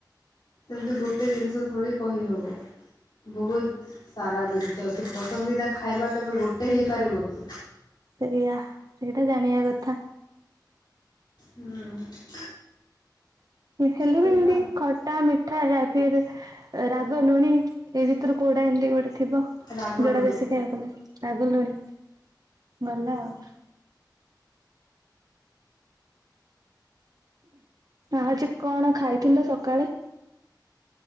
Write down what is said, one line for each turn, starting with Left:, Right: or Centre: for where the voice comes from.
Left: ସେମିତି ଗୋଟେ ଜିନିଷ ଥୋଡ଼ି କହିହେବ। ବହୁତ ସାରା ଜିନିଷ ଅଛି ପସନ୍ଦିଦା ଖାଇବା କେବେ ଗୋଟେ ହେଇପାରିବ କି।
Right: ସେଇଆ ସେଇଟା ଜାଣିବା କଥା।
Left: ହୁଁ।
Right: ହେଲେ
Left: ସେଇଟା
Right: ଏମିତି
Left: ଆଉ
Right: ଖ ଟା ମିଠା ୟା ଫିର୍ ରାଗ ଲୁଣି ଏ ଭିତରୁ କଉଟା ଏମିତି ଗୋଟେ ଥିବ।
Left: ରାଗ
Right: ଯୋଡା
Left: ଲୁଣି
Right: ବେଶୀ ଖାଇବାକୁ ଗଲେ ରାଗ ଲୁଣି ଭଲ ଆଉ। ଆଛି କଣ ଖାଇଥିଲ ସକାଳେ?